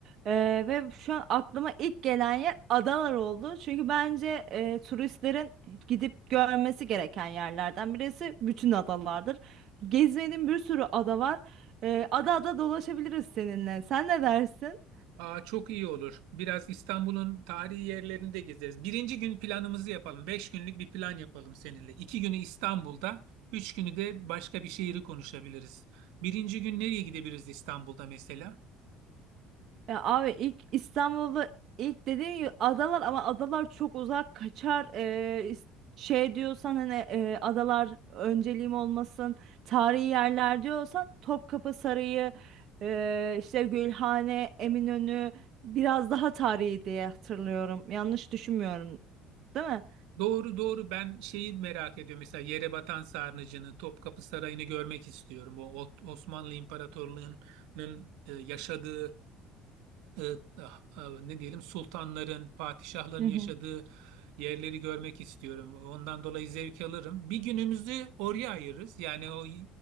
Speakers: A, on the right (about 55°); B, on the right (about 80°).
A: Ee, ve şu an aklıma ilk gelen yer adalar oldu. Çünkü bence e, turistlerin gidip görmesi gereken yerlerden birisi bütün adalardır. Gezmediğim bir sürü ada var. Ee, ada ada dolaşabiliriz seninle. Sen ne dersin?
B: Aa, çok iyi olur. Biraz İstanbul'un tarihi yerlerini de gezeriz. Birinci gün planımızı yapalım. Beş günlük bir plan yapalım seninle. İki günü İstanbul'da, üç günü de başka bir şehri konuşabiliriz. Birinci gün nereye gidebiliriz İstanbul'da mesela?
A: Ya abi ilk İstanbul'da ilk dediğim gibi adalar ama adalar çok uzak kaçar. Ee, is- şey diyorsan hani e, adalar önceliğim olmasın tarihi yerler diyorsan Topkapı Sarayı e, işte Gülhane Eminönü biraz daha tarihi diye hatırlıyorum. Yanlış düşünmüyorum değil mi?
B: Doğru doğru ben şeyi merak ediyorum. Mesela Yerebatan Sarnıcı'nı, Topkapı Sarayı'nı görmek istiyorum. O Ot- Osmanlı İmparatorluğu'nun e, yaşadığı e, ah, ah, ne diyelim sultanların, padişahların
A: Hı hı.
B: yaşadığı yerleri görmek istiyorum. Ondan dolayı zevk alırım. Bir günümüzü oraya ayırırız. Yani o